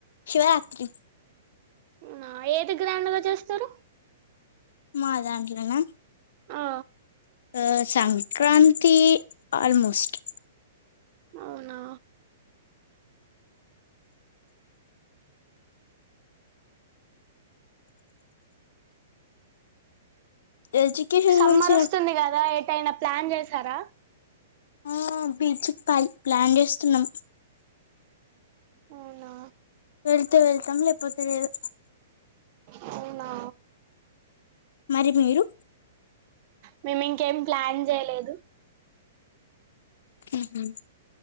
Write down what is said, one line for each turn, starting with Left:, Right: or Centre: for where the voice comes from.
Left: శివరాత్రి
Right: నా ఏది గ్రాండ్ చేస్తారు
Left: మా దాంట్లోనే
Right: ఆ
Left: ఆ సంక్రాంతి ఆల్మోస్ట్
Right: అవునా
Left: ఎడ్యుకేషన్
Right: సమ్మర్
Left: గురించి
Right: వస్తుంది కదా ఎటైనా ప్లాన్ చేసారా
Left: ఆ బీచ్కి పాల్ ప్లాన్ చేస్తున్నాం
Right: అవునా
Left: వెళ్తే వెళ్తాం లేకపోతే లేదు.
Right: అవునా
Left: మరి మీరు
Right: మేమి ఇంకేం ప్లాన్ చేయలేదు.
Left: హు హు